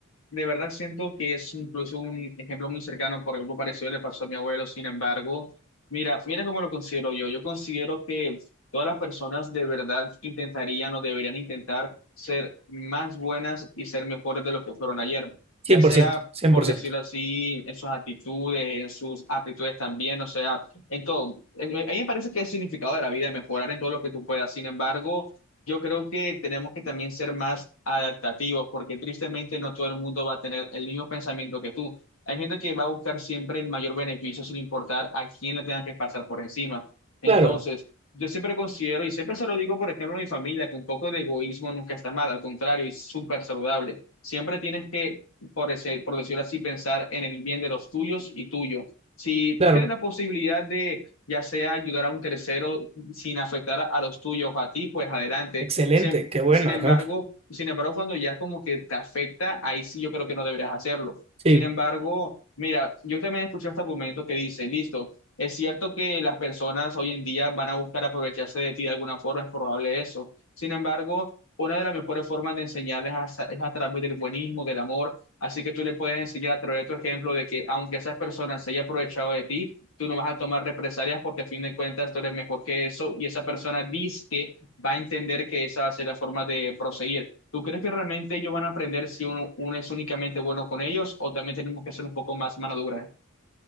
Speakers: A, on the left (about 70°); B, on the right (about 30°).
A: de verdad siento que es incluso un ejemplo muy cercano, por algo parecido le pasó a mi abuelo. Sin embargo, mira, mira cómo lo considero yo. Yo considero que todas las personas de verdad intentarían o deberían intentar ser más buenas y ser mejores de lo que fueron ayer. Ya
B: cien
A: sea,
B: cien por ciento cien
A: por
B: por
A: decirlo
B: ciento
A: así, en sus actitudes, en sus aptitudes también, o sea, en todo. Eh, eh, A mí me parece que el significado de la vida es mejorar en todo lo que tú puedas. Sin embargo, yo creo que tenemos que también ser más adaptativos, porque tristemente no todo el mundo va a tener el mismo pensamiento que tú. Hay gente que va a buscar siempre el mayor beneficio sin importar a quién le tengan que pasar por encima. Entonces,
B: Claro,
A: yo siempre considero, y siempre se lo digo, por ejemplo, a mi familia, que un poco de egoísmo nunca está mal, al contrario, es súper saludable. Siempre tienes que, por ese- por decirlo así, pensar en el bien de los tuyos y tuyo. Si
B: claro.
A: tú tienes la posibilidad de, ya sea ayudar a un tercero, sin afectar a, a los tuyos, a ti, pues adelante.
B: Excelente,
A: Sin,
B: qué bueno,
A: sin embargo,
B: ajá.
A: sin embargo, cuando ya como que te afecta, ahí sí yo creo que no deberías hacerlo.
B: Sí.
A: Sin embargo, mira, yo también escuché este argumento que dice, listo, es cierto que las personas hoy en día van a buscar aprovecharse de ti de alguna forma, es probable eso. Sin embargo, una de las mejores formas de enseñarles a- es a través del buenismo, del amor. Así que tú le puedes enseñar a través de tu ejemplo de que aunque esas personas se hayan aprovechado de ti, tú no vas a tomar represalias porque a fin de cuentas tú eres mejor que eso y esa persona dice que va a entender que esa va a ser la forma de proseguir. ¿Tú crees que realmente ellos van a aprender si uno, uno es únicamente bueno con ellos o también tenemos que ser un poco más mano dura?